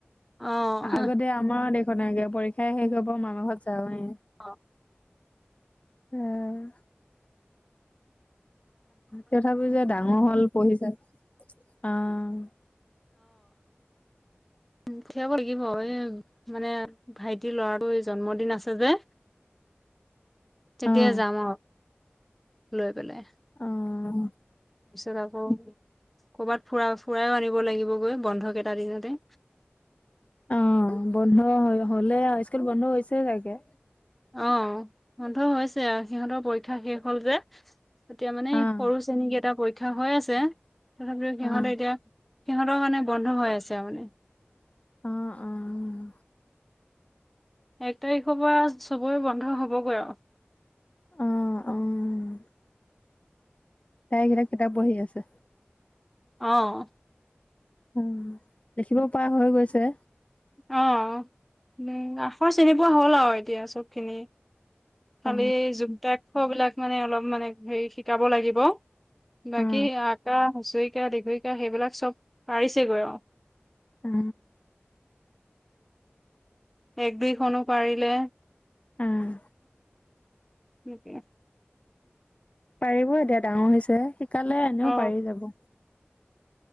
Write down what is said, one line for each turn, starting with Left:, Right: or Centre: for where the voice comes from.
Centre: অ',
Left: আগতে আমাৰ দেখ <unintelligible> পৰীক্ষাই শেষ হব মামা ঘৰত যাওঁৱে।
Centre: অ
Left: উম। তথাপিও যে ডাঙৰ হল পঢ়িছা, অহ।
Centre: উথিয়াব লাগিব এই মানে ভাইটিৰ লৰাটো জন্মদিন আছে যে তেতিয়া
Left: আহ
Centre: যাম আৰু। লৈ পেলাই।
Left: অহ।
Centre: পিছত আকৌ ক'ৰবাত ফুৰা ফুৰায়ও আনিব লাগিব গৈ বন্ধক এটা দিনতে।
Left: অহ বন্ধ হলে বন্ধ হৈছে চাগে।
Centre: অ বন্ধ হৈছে সিহঁতৰ পৰীক্ষা শেষ হল যে। এতিয়া মানে
Left: আহ
Centre: সৰু শ্ৰেনী কেইটা পৰি শিক্ষা হৈ আছে। তথাপিও সিহঁতে
Left: আহ
Centre: এতিয়া সিহঁতৰ মানে বন্ধ হৈ আছে আউ মানে।
Left: অহ-অহ।
Centre: এক তাৰিখৰ পৰা চবৰে বন্ধ হ'বগৈ আৰু।
Left: অহ-অহ। চাইগেইলাক কিতাপ পঢ়ি আছে।
Centre: অহ।
Left: উম দেখিব পৰা হৈ গৈছে।
Centre: অ অ উম আখৰ চিনি পোৱা হ'ল আৰু এতিয়া চব খিনি। খালি
Left: অ
Centre: যুক্তাক্ষ বিলাক মানে, অলপ মানে হেৰি শিকাব লাগিব। বাকী
Left: অ
Centre: আকা, হুঁচই দ দীঘৰিকা সেইবিলাক চব পাৰিছে। কৰি ৰ <unintelligible>
Left: অ।
Centre: এক-দুইখনো পাৰিলে।
Left: আহ।
Centre: সতি আ <unintelligible>
Left: পাৰিব দে ডাঙৰ হৈছে, শিকালে এনেও
Centre: অ অ
Left: পাৰি যাব।